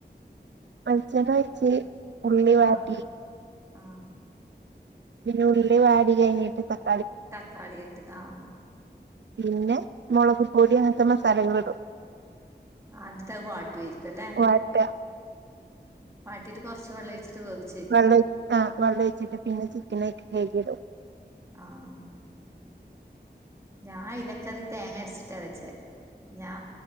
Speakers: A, on the right; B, on the right.
A: വെൾച്ചെണ്ണ ഒഴിച്ച് ഉള്ളി വാട്ടി
B: ആഹ് ആഹ്
A: പിന്ന ഉള്ളി വാടി കഴിഞ്ഞിട്ട് പ
B: തക്കാളിത്ത് ആഹ്
A: പിന്നെ മൊളക് പൊടി അങ്ങൻത്തെ മസാലകൾ ഇടും.
B: ആ ഇന്നട്ട് അത് വാട്ടുവായിരിക്കു ല്ലെ
A: വാട്ട
B: വാട്ടിട്ട് കൊർച്ച് വെള്ളൊഴിച്ചിട്ട് വേവ്
A: വെള്ളൊയ്ച്ച് ആഹ് വെള്ള ഒഴിച്ചിട്ട് പിന്നെ ചിക്കനയ്ക്ക് കഴികിടും
B: ആഹ് ഞാൻ ഇലക്കറി തേങ്ങ അരച്ചിട്ടാ വെച്ചേ. ഞാ